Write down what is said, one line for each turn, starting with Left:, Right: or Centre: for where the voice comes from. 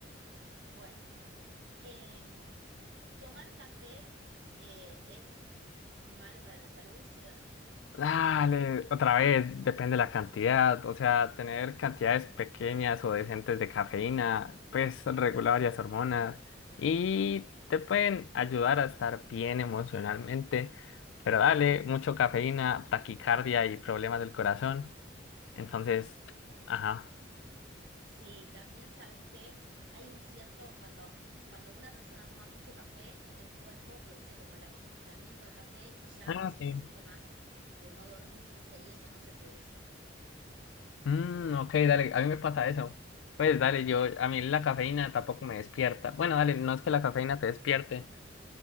Right: Bueno, eh, tomar café eh, es malo para la salud, sí o no.
Left: Dale, otra vez, depende de la cantidad. O sea, tener cantidades pequeñas o decentes de cafeína, pues regula varias hormonas y te pueden ayudar a estar bien emocionalmente. Pero dale, mucho cafeína, taquicardia y problemas del corazón. Entonces, ajá.
Right: Sí, también sabes que hay un cierto, cuando, cuando una persona toma mucho café, el cuerpo produce como el acostumbramiento al café y ya
Left: Ah,
Right: esos
Left: sí.
Right: síntomas de no dormirse y eso no se producen.
Left: Mm, ok, dale, a mí me pasa eso. Pues dale, yo, a mí la cafeína tampoco me despierta. Bueno, dale, no es que la cafeína te despierte.